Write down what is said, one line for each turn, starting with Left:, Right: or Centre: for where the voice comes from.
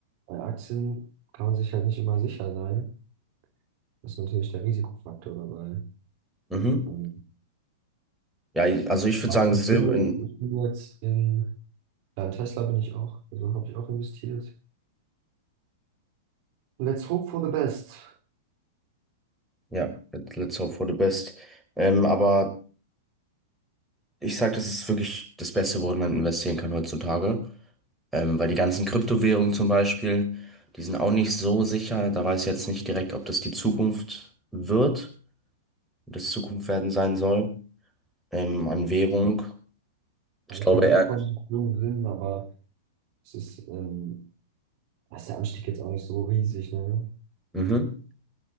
Right: Bei Aktien kann man sich halt nicht immer sicher sein. Das ist natürlich der Risikofaktor dabei.
Centre: Mhm.
Right: Ähm,
Centre: Ja, ich- also ich würde
Right: aber
Centre: sagen,
Right: ich
Centre: Silber,
Right: bin jetzt, ich bin jetzt in, ja, in Tesla bin ich auch, also habe ich auch investiert. Let's hope for the best.
Centre: Ja, let- let's hope for the best. Ähm, aber ich sag, das ist wirklich das Beste, worin man investieren kann heutzutage. Ähm, weil die ganzen Kryptowährungen zum Beispiel, die sind auch nicht so sicher. Da weiß ich jetzt nicht direkt, ob das die Zukunft wird, ob das Zukunft werden sein soll. Ähm, an Währung. Ich
Right: Aber
Centre: glaube
Right: Ich glaube, Bitcoin
Centre: eher.
Right: macht schon Sinn, aber es ist, ähm, da ist der Anstieg jetzt auch nicht so riesig, ne?
Centre: Mhm.